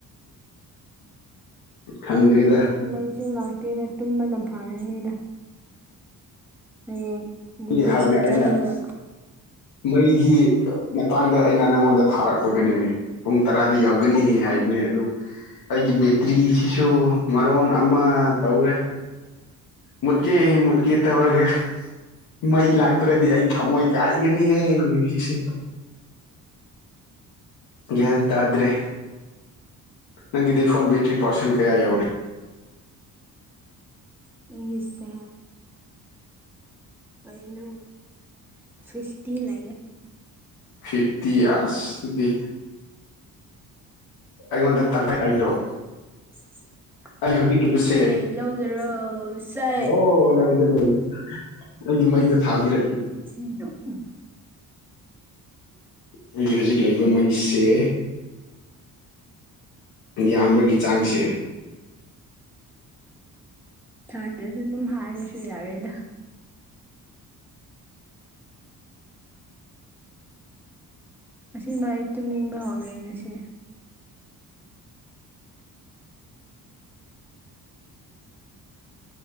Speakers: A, on the left; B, in the centre.
A: ꯈꯪꯗ꯭ꯔꯤꯗ
B: ꯃꯩꯁꯨ ꯂꯥꯛꯇꯦꯅꯦ ꯇꯨꯝꯕꯅ ꯐꯥꯔꯅꯤꯗ ꯍꯌꯦꯡ ꯒꯨꯒꯜꯁꯇ
A: ꯍꯥꯏꯅ ꯑꯩꯅ
B: ꯆꯪꯉꯒ
A: ꯃꯩꯒꯤ ꯃꯇꯥꯡꯗ ꯑꯩꯅ ꯅꯪꯉꯣꯟꯗ ꯊꯥꯔꯛꯄꯗꯨꯅꯤꯅꯦ ꯄꯨꯡ ꯇꯔꯥꯗꯤ ꯌꯧꯒꯅꯤ ꯍꯥꯏꯕꯅꯦ ꯑꯗꯨ ꯑꯩꯒꯤ ꯕꯦꯇ꯭ꯔꯤꯁꯤꯁꯨ ꯃꯔꯣꯟ ꯑꯃ ꯇꯧꯔꯦ ꯃꯨꯠꯀꯦ ꯃꯨꯠꯀꯦ ꯇꯧꯔꯒ ꯃꯩ ꯂꯥꯛꯇ꯭ꯔꯗꯤ ꯑꯩ ꯊꯃꯣꯏ ꯀꯥꯏꯒꯅꯤꯍꯦ ꯁꯤꯁꯦ ꯒ꯭ꯌꯥꯟ ꯇꯥꯗ꯭ꯔꯦ ꯅꯪꯒꯤꯗꯤ ꯐꯣꯟ ꯕꯦꯇ꯭ꯔꯤ ꯄꯥꯔꯁꯦꯟ ꯀꯌꯥ ꯌꯥꯎꯔꯤ
B: <unintelligible> ꯁꯦ ꯀꯩꯅꯣ ꯐꯤꯐꯇꯤ ꯂꯩ
A: ꯐꯤꯐꯇꯤ ꯑꯥꯁ ꯑꯗꯨꯗꯤ ꯑꯩꯉꯣꯟꯗ ꯇꯪꯈꯥꯏ ꯈꯥꯢꯗꯣꯛ
B: <unintelligible>
A: ꯑꯩ ꯍꯧꯖꯤꯛ ꯏꯪꯂꯤꯁꯦ
B: ꯁꯦ ꯂꯧꯖꯔꯣ ꯁꯦ
A: ꯑꯣ ꯂꯧꯒꯗꯧ ꯑꯩꯒꯤ ꯃꯩꯗꯣ ꯊꯥꯕꯤꯔꯦ
B: ꯁꯤꯔꯣ ꯎꯝ
A: ꯑꯩꯒꯤ ꯍꯧꯖꯤꯛ ꯂꯩꯕ ꯃꯩꯁꯦ ꯌꯥꯝꯕꯒꯤ ꯆꯥꯡꯁꯦ
B: ꯊꯥꯗ꯭ꯔꯁꯨ ꯑꯗꯨꯝ ꯍꯥꯏꯔꯁꯨ ꯌꯥꯎꯔꯦꯗ ꯑꯁꯤꯃ ꯑꯩ ꯇꯨꯝꯅꯤꯡꯕ ꯍꯧꯔꯦ ꯉꯁꯤ